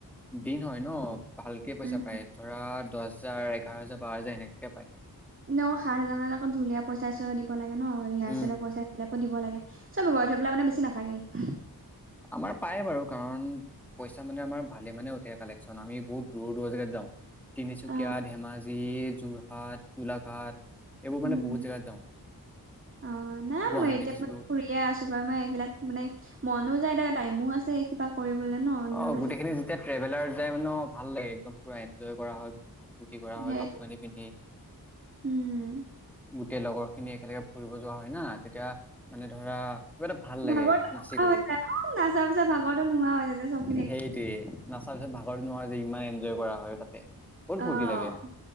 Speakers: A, in the centre; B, on the right.
A: দিন হয় ন'। ভালকেই পইচা
B: উম
A: পায়। ধৰা, দহ হোজাৰ, এঘাৰ হাজাৰ, বাৰ হাজাৰ এনেকুৱাকে পায়।
B: ন' সাত হাজাৰ মান আকৌ ধুলীয়াৰ পইচাই দিব লাগে ন', ৰিহাৰ্চেলৰ
A: উম।
B: পইচা এইবিলাক। দিব লাগে, চব গৈ থৈ পেলাই মানে বেছি নাথাকেই।
A: আমাৰ পায় বাৰু। কাৰণ পইচা মানে, আমাৰ ভালে মানে উঠে কালেকশন, আমি বহুত দূৰ-দূৰ, জেগাত যাও। তিনিচুকীয়া,
B: অ
A: ধেমাজি, যোৰহাট গোলাঘাট, এইবোৰ
B: উম
A: মানে বহুত জেগাত যাওঁ।
B: অ', নাই
A: গুৱাহাটী
B: মই এতিয়া
A: গৈছিলো।
B: ম' ফুৰিয়ে আছো বাৰু মই এইবিলাক মানে, মনো যায় এতি টাইমো আছে <unintelligible> ন বিহু
A: অ',
B: নাচিব
A: গোটেইখিনি যেতিয়া ট্ৰেভেলাৰ যাই ন', ভাল লাগে একদম পুৰা এনজয় কৰা হয় গোটেইখিনি। ফূৰ্টি কৰা হয়,
B: সেই
A: কাপোৰ কানি পিন্ধি।
B: উম
A: তেই লগৰ খিনি একেলগে ফুৰিব যোৱা হয় না', তেতিয়া মানে, ধৰা কিবা এটা ভাল লাগে
B: ভাগৰটো
A: নাচি
B: নোহোৱা
A: কৰি।
B: হৈ যায় ন', নাচা পিছত ভাগৰটো নোহোৱা হৈ যায় চব।
A: সেইটোৱে, নাচাৰ পিছত ভাগৰতো নোহোৱা হৈ যায়, ইমান এনজয় কৰা হয় তাতে। বহুত ফূৰ্তি
B: অ',
A: লাগে